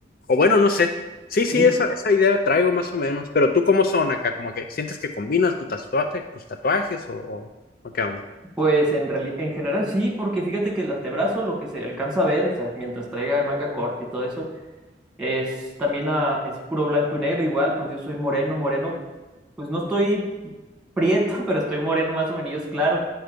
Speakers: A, on the left; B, in the centre.
A: o bueno, no sé. Sí,
B: Sí,
A: sí, esa, esa idea traigo más o menos. Pero tú, ¿cómo son acá? Como que sientes que combinas tu tatuaje, tus tatuajes o, o- o qué onda?
B: pues en, reali- en general sí, porque fíjate que el antebrazo, lo que se alcanza a ver, o sea, mientras traiga manga corta y todo eso, Es también a- es puro blanco y negro igual, pues yo soy moreno, moreno, pues no estoy prieto, <laughs> pero estoy moreno más o menos claro.